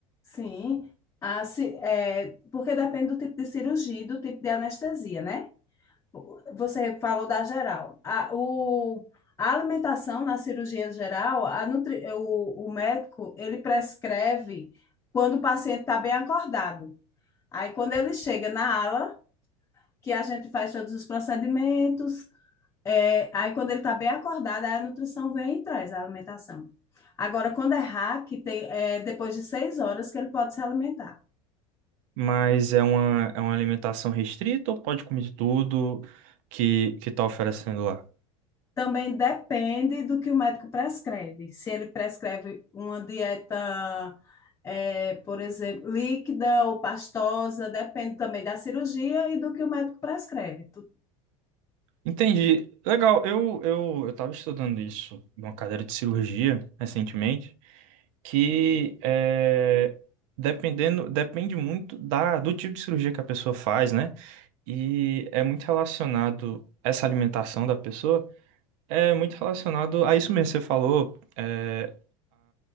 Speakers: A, on the left; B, on the right.
A: Sim, a, ci- é, porque depende do tipo de cirurgia e do tipo de anestesia, né? você falou da geral. A, o, a alimentação na cirurgia geral, a nutri, o, o médico, ele prescreve quando o paciente está bem acordado. Aí, quando ele chega na ala, que a gente faz todos os procedimentos, é, aí, quando ele está bem acordado, aí a nutrição vem e traz a alimentação. Agora, quando é hack, tem, é depois de seis horas que ele pode se alimentar.
B: Mas é uma, é uma alimentação restrita ou pode comer de tudo que, que tá oferecendo lá?
A: Também depende do que o médico prescreve. Se ele prescreve uma dieta, eh, por exemplo, líquida ou pastosa, depende também da cirurgia e do que o médico prescreve. Tu-
B: Entendi. Legal, eu, eu, eu tava estudando isso numa cadeira de cirurgia recentemente, que é, dependendo, depende muito da, do tipo de cirurgia que a pessoa faz, né? E é muito relacionado, essa alimentação da pessoa é muito relacionado a isso mesmo que você falou, é,